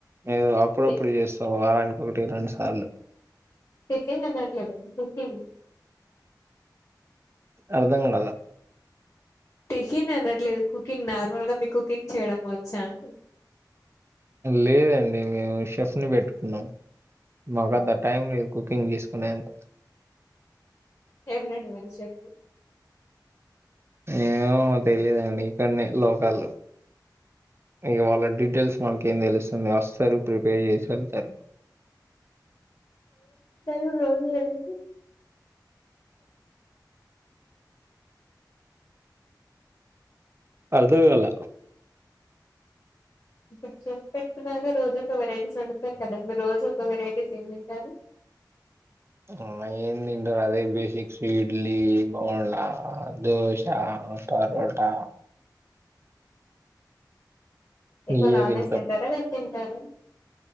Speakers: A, on the right; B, on the left.
A: ఏదో అప్పుడప్పుడు
B: టి
A: చేస్తాము వారానికి ఒకటి రెండు సార్లు
B: టిఫిన్ అనట్లేదు కుకింగ్
A: అర్థంగాల
B: టిఫిన్ అనట్లేదు కుకింగ్ నార్మల్ గా మీకు కుకింగ్ చేయడం వచ్చా అంటున్న
A: లేదండి మేము షెఫ్ ని పెట్టుకున్నాం మాకు
B: అవునా
A: అంత టైం లేదు కుక్ కుకింగ్ చేసుకునేంత
B: ఎవరండి మరి చెఫ్ఫు
A: ఏమో తెలిదండి ఇక్కన్నె లోకల్ ఇగ వాళ్ళ డీటెయిల్స్ మనకి ఏం తెలుస్తుంది వస్ స్తరు ప్రిపేర్ చేసి వెళ్తారు
B: ఈ రోజు వెరైటీస్
A: అర్ధంగాల
B: ఇప్పుడు చెఫ్ పెట్టుకున్నారుగా రోజు ఒక వెరైటీస్ వండుతారు కదా రోజు ఒక వెరైటీస్ ఎం తింటారు
A: ఆ ఎం తింటరు అదే బేసిక్స్ ఇడ్లీ బొండా దోశ అ పరోటా
B: ఎక్కువ
A: ఇయే
B: నాన్
A: తింటాం
B: వెజ్ తింటారా వెజ్ తింటారా